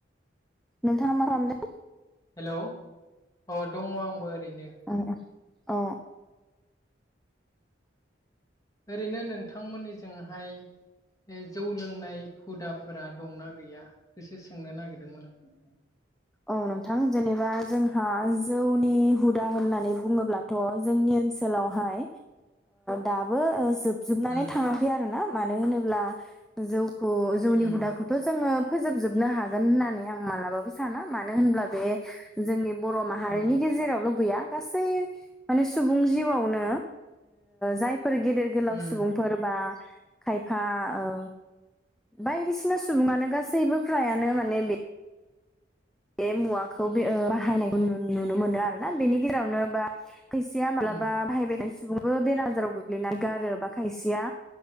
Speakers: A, in the centre; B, on the left.
A: नोंथांङा मा खालामदों?
B: हेलौ अ दंङो आंबो ओरैनो
A: अ अ
B: ओरैनो नोंथांमोननिजोंहाय बे जौ लोंनाय हुदाफोरा दंना गैया बेसो सोंनो नागिरदोंमोन आं नोंथां?
A: औ नोंथां जेनेबा जोंहा जौनि हुदा होननानै बुंङोब्ला जोंनि ओनसोलावहाय दाबो जोब जोबनानै
B: आं
A: थाङाखै आरोना मानो होनोब्ला जौखौ जौनि
B: उम
A: हुदाखौ थ' जोंङो फोजोबजोबनो हागोन होननानै आं मालाबाबो साना मानो होनब्ला बे जोंनि बर' माहारिनि
B: औ
A: गेजेरावल गैया गासै माने सुबुं जिउआवनो जायफोर गेदेर गोलाव
B: उम
A: सुबुंफोर बा खायफा ओ बायदिसिना सुबुंङानो गासैबो फ्रायानो माने बे बे मुवाखौ बे बाहायनायखौ नुनो मोनो आरो ना बेनि गेजेरावनो बा खायसेया मालाबा
B: उम
A: बाहायबायनाय सुबुंबो बेर आजाराव गोग्लैना गारोबा खायसेया